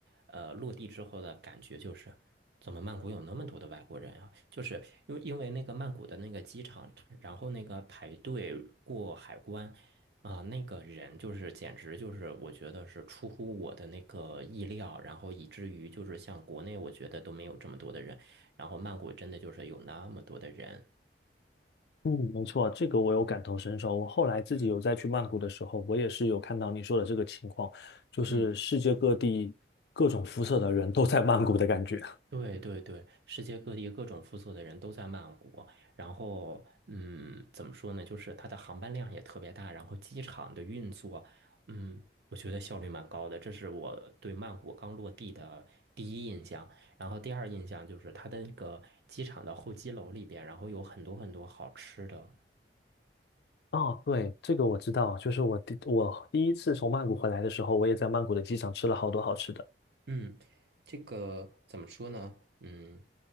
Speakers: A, on the right; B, on the left.
A: 呃落地之后的感觉就是，怎么曼谷有那么多的外国人啊？就是因为因为那个曼谷的那个机场，然后那个排队过海关啊、那个人就是简直就是我觉得是出乎我的那个意料，然后以至于就是像国内我觉得都没有这么多的人。然后曼谷真的就是有那么多的人。
B: 嗯，没错，这个我有感同身受。我后来自己有再去曼谷的时候，
A: 嗯
B: 我也是有看到你说的这个情况，就是世界各地各种肤色的人都在曼谷的感觉。
A: 嗯对对对，世界各地各种肤色的人都在曼谷，然后嗯，怎么说呢？就是它的航班量也特别大，然后机场的运作，嗯，我觉得效率蛮高的，这是我对曼谷刚落地的第一印象。然后第二印象就是它的那个机场的候机楼里边，然后有很多很多好吃的。
B: 哦，对，这个我知道，就是我第我第一次从曼谷回来的时候，我也在曼谷的机场吃了好多好吃的。
A: 嗯，这个怎么说呢？嗯，